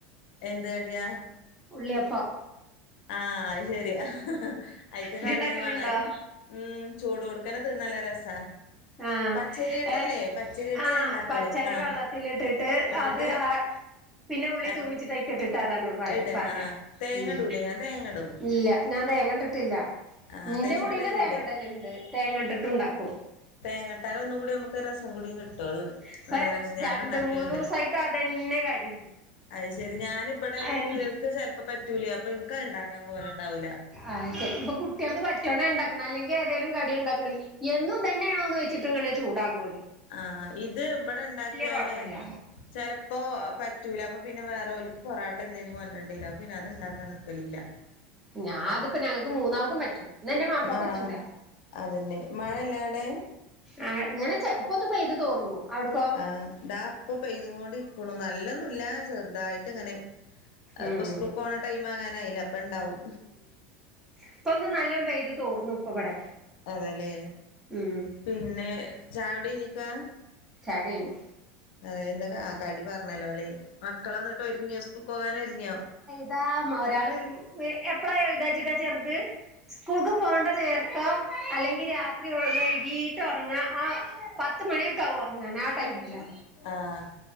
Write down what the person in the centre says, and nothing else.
ഉള്ളിയപ്പം
ഇയ്യ്
ഇണ്ടാക്കലുണ്ടോ
ആഹ്
ഏഹ്
ആഹ്
പച്ചരി
വെള്ളത്തിലിട്ടിട്ട്
അത് ആ പിന്നെ ഉള്ളി
തൂമിച്ചിട്ട്യ്ക്കെട്ടിട്ടാ അതാണ് ഭായ്
ഭാര്യ
ഉം
ഇല്ല ഞാൻ തേങ്ങ ഇട്ടിട്ടില്ല
എന്റെ
കൂടില്
തേങ്ങടലുണ്ട് തേങ്ങ ഇട്ട്ട്ടും ഇണ്ടാക്കും
ഇപ്പ
രണ്ട്
മൂന്നൂസായിട്ട് അതന്നെ കടി
എൻ
ആഹ് ശരി അപ്പൊ കുട്ടിയോൽക്ക് പറ്റുവാണ ഇണ്ടാക്കണം അല്ലെങ്കി ഏതായാലും കടി ഇണ്ടാക്കണം എന്നും ഇതന്നെയാണോന്ന് ചോച്ച ഇട്ടു ഇങ്ങനെ ചൂടാകുള്ളു
കൊഴപ്പല്ല
ഞാ അതിപ്പ ഞങ്ങൾക്ക് മൂന്നാൾക്കും പറ്റും എന്ന എന്റെ മാപ്പിളക്കെ
പറ്റൂല
ആ് ഇങ്ങനെ ഇപ്പൊന്ന് പെയ്തു തോർന്നു അവിടുക്ക
ഉം
ഇപ്പ ഒന്ന് നല്ല പെയത് തോർന്നു ഇപ്പ ഇവിടെ
ഉം
ചായാകുടികഴ്ഞ്ഞു
ന്താ ഒരാള് എപ്പളാ ഇതാ വെച്ചിട്ടാ ചെർത് സ്കൂൾക്ക് പോകേണ്ട നേരത്തോ അല്ലെങ്കിൽ രാത്രി വൈകീട്ട ഉറങ്ങ ആ പത്ത് മണിയൊക്ക ആവും ഉറങ്ങാൻ ആ ടൈമിലോ